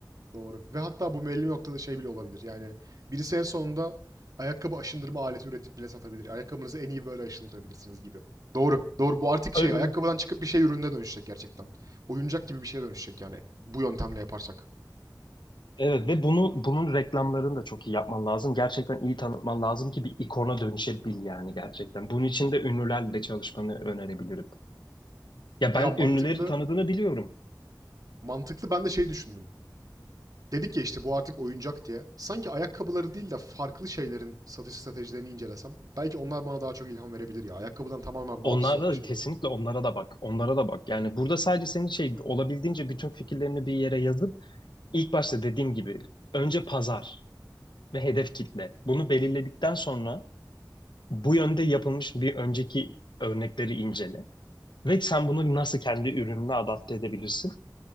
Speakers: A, on the right; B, on the left.
A: Doğru. Ve hatta bu belli bir noktada şey bile olabilir. Yani birisi en sonunda ayakkabı aşındırma aleti üretip bile satabilir. Ayakkabınızı en iyi böyle aşındırabilirsiniz gibi. Doğru. Doğru. Bu artık şey
B: Öyle.
A: ayakkabıdan çıkıp bir şey ürününe dönüşecek gerçekten. Oyuncak gibi bir şeye dönüşecek yani bu yöntemle yaparsak.
B: Evet ve bunu bunun reklamlarını da çok iyi yapman lazım. Gerçekten iyi tanıtman lazım ki bir ikona dönüşebil yani gerçekten. Bunun için de ünlülerle çalışmanı önerebilirim. Ya
A: Ya
B: ben
A: mantıklı.
B: ünlüleri tanıdığını biliyorum.
A: Mantıklı ben de şey düşündüm. Dedik ya işte bu artık oyuncak diye. Sanki ayakkabıları değil de farklı şeylerin satış stratejilerini incelesem. Belki onlar bana daha çok ilham verebilir ya. Ayakkabıdan tamamen bağımsız
B: Onlara
A: olan
B: da
A: şeyleri.
B: kesinlikle onlara da bak. Onlara da bak. Yani burada sadece senin şey olabildiğince bütün fikirlerini bir yere yazıp ilk başta dediğim gibi önce pazar ve hedef kitle. Bunu belirledikten sonra bu yönde yapılmış bir önceki örnekleri incele. Ve sen bunu nasıl kendi ürününe adapte edebilirsin?